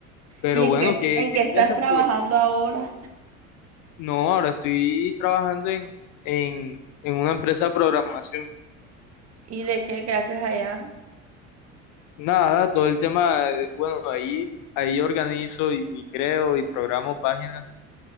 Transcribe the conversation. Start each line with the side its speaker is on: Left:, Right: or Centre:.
Left: Pero
Right: ¿Y en
Left: bueno,
Right: qué,
Left: que,
Right: en
Left: que
Right: qué estás
Left: ya se
Right: trabajando
Left: podría.
Right: ahora?
Left: No, ahora estoy trabajando en, en, en una empresa de programación.
Right: ¿Y de qué, qué haces allá?
Left: Nada, todo el tema, de- bueno, ahí, ahí organizo y, y creo y programo páginas